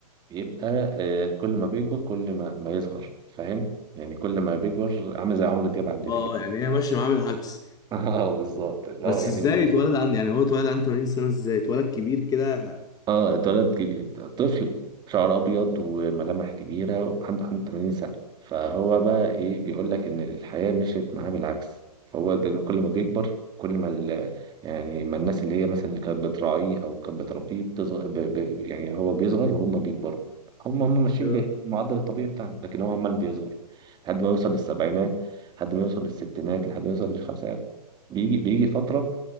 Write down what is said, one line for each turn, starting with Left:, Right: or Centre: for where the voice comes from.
Right: يبقى آه، كل ما بيكبر كل ما ما يصغر فاهم يعني كل ما بيكبر عامل زي عمرو دياب عندنا
Left: اه
Right: كده
Left: يعني هي ماشيه معاه بالعكس
Right: <laughs> اه بالظبط لا
Left: بس
Right: يعني
Left: ازاي
Right: بتحس
Left: اتولد عن يعني هو اتولد عنده 80 سنه ازاي اتولد كبير كده
Right: اه اتولد كبير طفل شعر ابيض وملامح كبيره عنده 81 سنه فهو بقى ايه بيقول لك ان الحياه مشيت معاه بالعكس فهو دل- كل ما بيكبر كل ما ال- يعني ما الناس اللي هي مثلا اللي كانت بتراعيه او كانت بتربيه بتصغر ب... ب... يعني هو بيصغر وهم بيكبروا هم هم ماشيين
Left: لا
Right: بالمعدل الطبيعي بتاعنا لكن هو عمال بيصغر لحد ما يوصل للسبعينات لحد ما يوصل للستينات لحد ما يوصل للخمسينات بيجي بيجي فتره